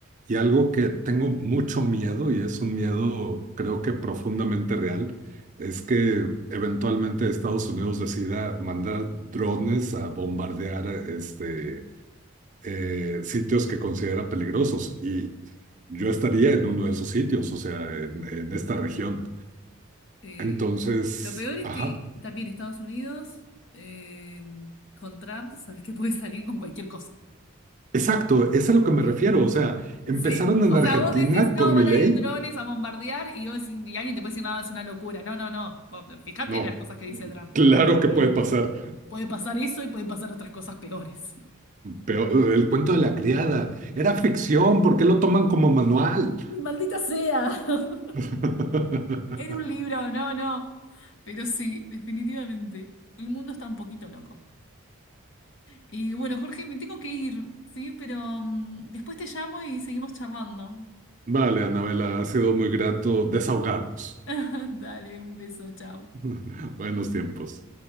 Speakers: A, on the right (about 35°); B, on the left (about 60°).
A: Y algo que tengo mucho miedo y es un miedo creo que profundamente real es que eventualmente Estados Unidos decida mandar drones a bombardear este, eh, sitios que considera peligrosos. Y yo estaría en uno de esos sitios, o sea, en, en
B: Mm.
A: esta región.
B: Eh,
A: Entonces,
B: lo peor es
A: ajá.
B: que también Estados Unidos, eh, con Trump, sabes que puede salir con cualquier cosa.
A: Exacto, es a lo que me
B: Eh,
A: refiero. O sea, empezaron
B: Sí,
A: en
B: o
A: Argentina
B: sea, vos decís, no,
A: con
B: van
A: mi ley.
B: a ir drones a bombardear y, vos- y alguien te puede decir, no, es una locura. No, no, no. Vos, Fíjate
A: No,
B: en las cosas que dice Trump.
A: claro
B: No es
A: que
B: tan...
A: puede pasar.
B: Puede pasar eso y pueden pasar otras cosas peores.
A: Pero eh, el cuento de la criada era ficción, ¿por qué lo toman como manual?
B: Maldita sea. <laughs>
A: <laughs>
B: Era un libro, no, no. Pero sí, definitivamente. El mundo está un poquito loco. Y bueno, Jorge, me tengo que ir, ¿sí? Pero mm, después te llamo y seguimos charlando.
A: Vale, Anabela, ha sido muy grato desahogarnos.
B: <laughs> Dale, un beso, chao.
A: <laughs> Buenos tiempos.